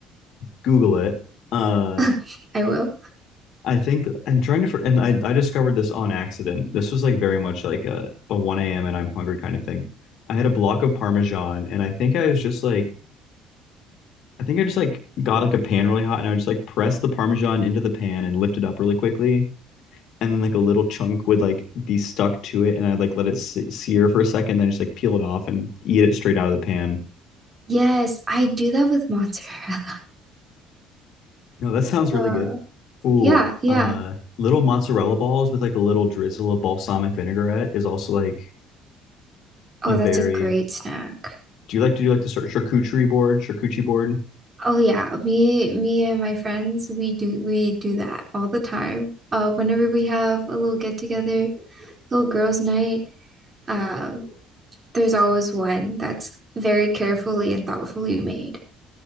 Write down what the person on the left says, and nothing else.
Google it. Uh,
I think I'm trying to for, and I I discovered this on accident. This was like very much like a a 1 a.m. and I'm hungry kind of thing. I had a block of Parmesan, and I think I was just like. I think I just like got like a pan really hot and I would just like press the Parmesan into the pan and lift it up really quickly and then like a little chunk would like be stuck to it, and I'd like let it se- sear for a second, then just like peel it off and eat it straight out of the pan.
No, that sounds really
good. Ooh,
uh, little mozzarella balls with like a little drizzle of balsamic vinaigrette is also like
a very.
Do you like to do like the char- charcuterie board, charcuterie board?